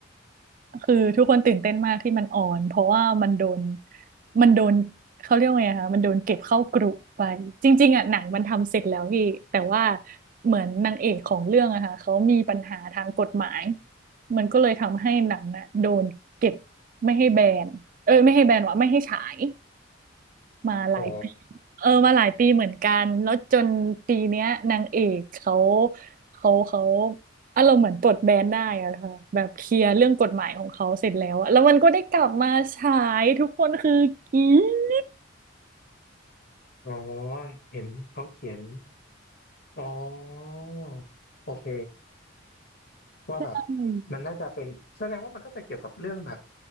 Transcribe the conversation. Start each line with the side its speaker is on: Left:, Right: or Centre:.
Right: คือทุกคนตื่นเต้นมากที่มันออนเพราะว่ามันโดนมันโดนเขาเรียกว่าไงคะมันโดนเก็บเข้ากรุไป จริงๆอ่ะหนังมันทำเสร็จแล้วพี่แต่ว่าเหมือนนางเอกของเรื่องอะค่ะเขามีปัญหาทางกฎหมาย มันก็เลยทำให้หนังอะโดนเก็บไม่ให้แบนเอ้ยไม่ให้แบนวะไม่ให้ฉาย มาหลายปี
Left: อ๋อ
Right: เออมาหลายปีเหมือนกันแล้วจนปีเนี้ยนางเอกเขาเขาเขาอารมณ์เหมือนปลดแบนได้อะค่ะแบบเคลียร์เรื่องกฎหมายของเขาเสร็จแล้วอะแล้วมันก็ได้กลับมาฉายทุกคนคือกรี๊ด
Left: อ๋อเห็นเขาเขียน อ๋อโอเคว่าแบบ
Right: ใช่
Left: มันน่าจะเป็นแสดงว่ามันก็จะเกี่ยวกับเรื่องแบบ